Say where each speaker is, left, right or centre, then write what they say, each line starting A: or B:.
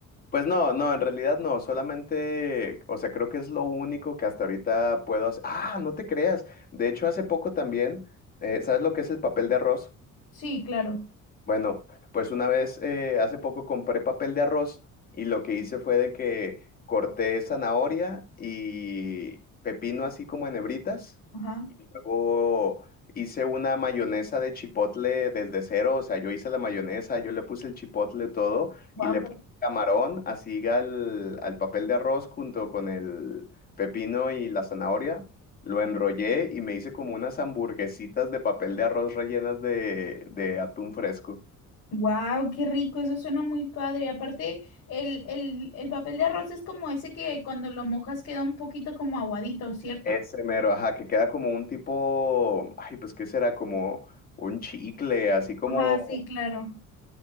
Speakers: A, on the left (about 30°); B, on the left (about 50°).
A: Pues no, no, en realidad no, solamente, o sea, creo que es lo único que hasta ahorita puedo hacer. Ah, no te creas. De hecho, hace poco también, eh, ¿sabes lo que es el papel de arroz?
B: Sí, claro.
A: Bueno, pues una vez, eh, hace poco compré papel de arroz y lo que hice fue de que corté zanahoria y pepino así como en hebritas
B: Ajá.
A: Luego hice una mayonesa de chipotle desde cero, o sea, yo hice la mayonesa, yo le puse el chipotle todo
B: Wow,
A: y le puse camarón así al, al papel de arroz junto con el pepino y la zanahoria. Lo enrollé y me hice como unas hamburguesitas de papel de arroz rellenas de, de atún fresco.
B: Wow, qué rico, eso suena muy padre. Aparte, el, el, el papel de arroz es como ese que cuando lo mojas queda un poquito como aguadito, ¿cierto?
A: Ese mero, ajá, que queda como un tipo, ay, pues, ¿qué será? Como un chicle, así como
B: Ajá, sí, claro.